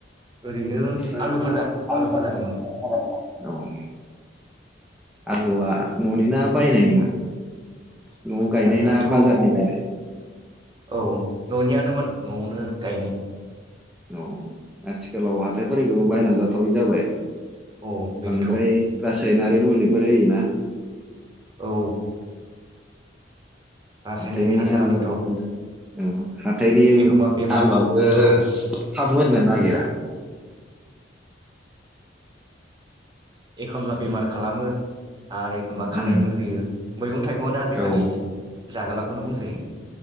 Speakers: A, on the right; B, in the centre.
A: ओरैनो
B: ओरैनो
A: आलु फाजा
B: आलु फाजा
A: दंमोन
B: आलु राजा दंमोन आलुआ ननि ना बायनायमोन नआव गायनाय
A: आलुआथ'
B: ना बाजाराव बायनाय
A: औ ननियानोमोन नआवनो गायनाय
B: औ आथिखालाव हाथायफोरनिखौबो बायना जाथावै जाबाय
A: औ बेनोथ
B: बांद्राय रासायनारि मुलिफोर होयो ना
A: औ रासायनारि
B: हाथायनि
A: हासारानोथ'
B: आलुयाबो औ हाथायनि
A: एखमबा बेमार
B: आलुयाबो
A: औ
B: थाब मोननो नागिरा
A: एखनब्ला बेमार खालामो आरो एखमब्ला खानाय
B: उम
A: मोनहोयो मैगं थाइगंआनो आजिखालि
B: औ
A: जाजालाखौनो बुंजायो